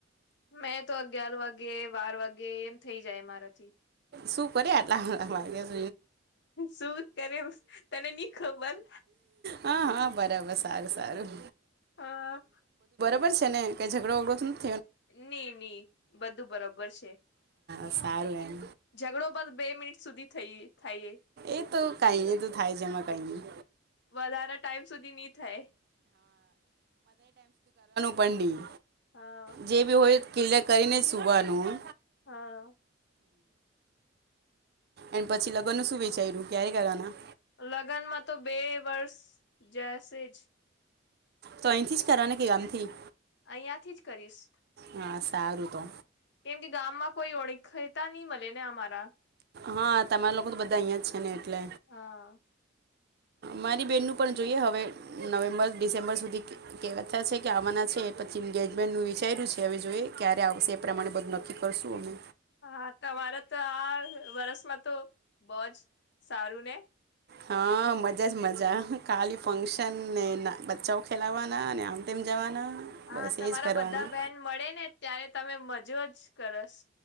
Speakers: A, on the left; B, on the right.
A: મેં તો અગિયાર વાગે બાર વાગે એમ થઇ જાય મારાથી
B: શું કરે આટલા વાગ્યા સુ
A: શું કરે તને નઈ ખબર
B: હા હા બરાબર સારું સારું
A: હા
B: ખબર છે ને કંઈ ઝડો વઘડો
A: નઈ નઈ બધું બરોબર છે
B: સારુ લેન
A: ઝઘડો બસ બે મિનિટ સુધી થઈ થાય એ
B: એ તો કાંઈ ન તો થાય છે એમાં કાંઈ ન
A: વધારે ટાઈમ સુધી નહી થાય
B: પંડી
A: હા
B: જે બી હોય કિલ્લ કરીને સુવાનું
A: હા
B: એ પછી લગ્ન ન શું વિચાર્યુ ક્યારે કરવાના
A: લગ્નમાં તો બે વર્ષ જશે જ
B: તો અહીંથી જ કર ને કે ગામથી
A: અહીંયાથી જ કરીશ
B: હા સારું તો
A: કેમ કે ગામમાં કોઈ ઓળખતા નહી મળે ને અમારા
B: હા તમારા લોકો તો બધા અહિયાં જ છે ને એટલે
A: હા
B: મારી બેન નું પણ જોઈએ હવે નવેમ્બર ડિસેમ્બર સુધી કેવાતા છે કે આવવાના છે પછી એન્ગેજમેન્ટનું વિચાર્યું છે હવે જોઈએ ક્યારે આવશે એ પ્રમાણે બધું નક્કી કરશું અમે
A: હા તમારે તો આ વર્ષમાં તો બહજ સારું ને
B: હા મજા જ મજા કાલી ફંક્શન ને બચ્ચાઓ ખેલાવાના ને આમ તેમ જવાના
A: હા
B: બસ એ
A: તમારા
B: જ કરવાના
A: બધા બહેન મળે ને ત્યારે તમે મજો જ કરશ